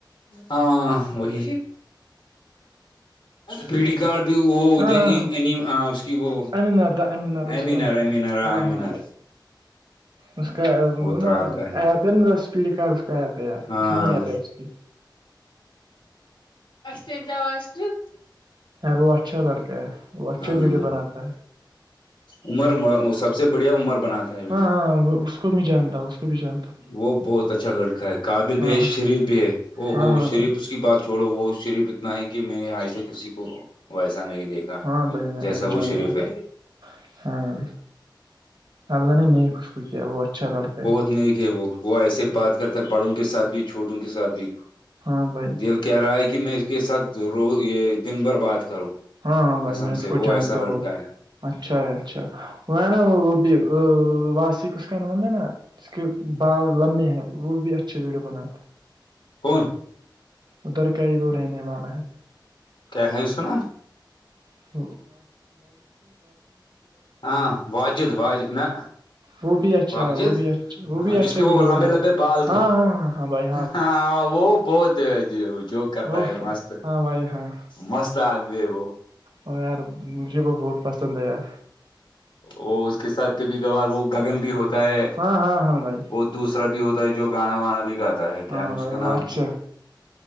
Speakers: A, on the left (about 75°); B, on the right (about 65°).
A: ہاں وہی پیڑی کارڈ بھی وہ
B: ہاں
A: ادھر
B: ہاں ہاں
A: اس کی وہ
B: امین آدا امین آدا
A: ایمینار
B: اس کا نام
A: ایمینار
B: ہے
A: ہ
B: ہاں
A: ایمینار
B: ہاں بھائی اس کا
A: ترال
B: نا
A: کا ہی
B: ایپ ہے نا اسپیڈ کارڈ اس کا ایپ ہے یار
A: ہاں
B: اپنی ایپ ہے کی
A: اچ ا ان جاوس کیت
B: وہ اچھا لڑکا ہے وہ اچھا
A: ہاں
B: ویڈیو بناتا ہے
A: عمر سب سے بڑھیا عمر بناتا ہے ویڈیو
B: ہاں ہاں اس کو میں جانتا ہوں کو بھی جانتا ہوں۔
A: وہ بہت اچھا لڑکا ہے قابل بھی
B: ہاں
A: ہے شریف بھی ہے او
B: ہاں
A: ہو
B: ہاں
A: شریف
B: بھائی
A: اس کی بات چھوڑو وہ اس شریف اتنا ہے کہ میں نے آج تک کسی کو ویسا نہیں دیکھا
B: ہاں
A: کا
B: بھائی میں
A: جیسا
B: میں
A: وہ
B: جانتا
A: شریف
B: ہوں
A: ہے
B: ہاں اللہ نے نیک اس کوکیا وہ اچھا لڑکا ہے
A: اتنے کے وہ وہ ایسے بات کرتا بڑوں کے ساتھ بھی چھوٹوں کے ساتھ بھی
B: ہاں بھائی
A: دل کہہ رہا ہے کہ میں اس کے ساتھ ر یہ دن بھر بات کروں
B: ہاں ہاں بھائی
A: قسم
B: میں اس
A: سے
B: کو
A: وہ
B: جانتا
A: ایسا لڑکا
B: ہوں
A: ہے
B: اچھا اچھا وہ ہے نا وہ وہ بھی واسک اس کا نام ہے نا اس کے بال لمبے ہیں وہ بھی اچھے ویڈیو بناتے
A: کون
B: ادھر کا ہی وہ رہنے والا ہے
A: کیا ہے اس کا نام
B: <unintelligible>
A: ہاں واجد واجد نہ
B: وہ بھی اچھا
A: واجد
B: ہے وہ بھی اچھا وہ
A: ہاں
B: بھی اچھا
A: جس کے وہ
B: ویڈیو
A: لمبے
B: بنا
A: لمبے بال
B: ہاں
A: تھے
B: ہاں ہاں ہاں بھائی
A: ہاں وہ بہت جوک کرتا
B: وہ
A: ہے مست
B: ہاں بھائی ہاں
A: مست آدمی ہے وہ
B: اور یار مجھے وہ بہت پسند ہے یار
A: وہ اس کے ساتھ کبھی کبھار وہ گگن بھی ہوتا ہے
B: ہاں ہاں ہاں بھائی
A: وہ دوسرا بھی ہوتا ہے جو گانا وانا بھی گاتا ہے کیا
B: ہاں
A: ہے
B: بھائی
A: اس کا
B: وہ
A: نام
B: اچھا